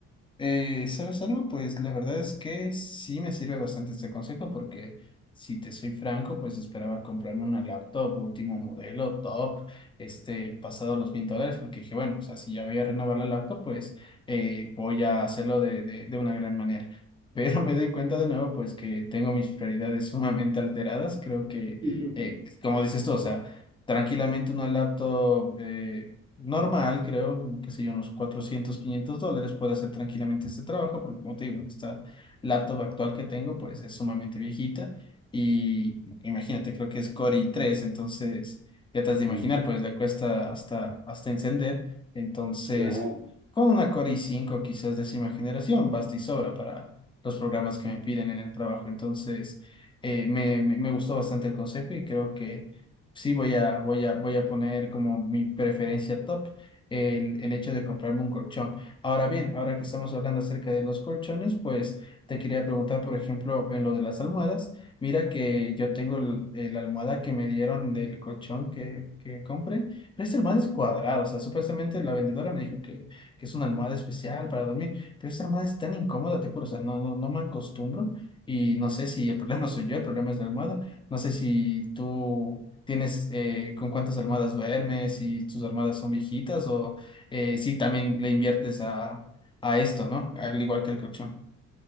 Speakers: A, on the left; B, on the right.
A: Eh, ¿sabes algo? Pues la verdad es que sí me sirve bastante este consejo porque si te soy franco, pues esperaba comprarme una laptop último modelo, top, este, pasado los mil dólares, porque dije, bueno, o sea, si ya voy a renovar la laptop, pues eh, voy a hacerlo de, de, de una gran manera. <laughs> Pero me doy cuenta de nuevo, pues que tengo mis prioridades sumamente alteradas. Creo que,
B: <laughs>
A: eh, como dices tú, o sea, tranquilamente una laptop... eh, normal, creo, qué sé yo, unos 400 500 dólares, puedo hacer tranquilamente este trabajo, porque como te digo, en esta laptop actual que tengo, pues es sumamente viejita y imagínate, creo que es Core i tres entonces ya te has de imaginar,
B: Mm,
A: pues le cuesta hasta, hasta encender, entonces
B: Claro.
A: con una Core i cinco quizás décima generación, basta y sobra para los programas que me piden en el trabajo, entonces eh, me, me me gustó bastante el consejo y creo que sí voy a, voy a, voy a poner como mi preferencia top el, el hecho de comprarme un colchón. Ahora bien, ahora que estamos hablando acerca de los colchones, pues te quería preguntar, por ejemplo, en lo de las almohadas. Mira que yo tengo el- el- la almohada que me dieron del colchón que, que compré, pero esta almohada es cuadrada, o sea, supuestamente la vendedora me dijo que, que es una almohada especial para dormir, pero esta almohada es tan incómoda, te juro, o sea, no, no, no me acostumbro. Y no sé si el problema <laughs> soy yo, el problema es la almohada. No sé si tú tienes eh, con cuántas almohadas duermes, si tus almohadas son viejitas o eh, si también le inviertes a, a esto, ¿no? Al igual que el colchón.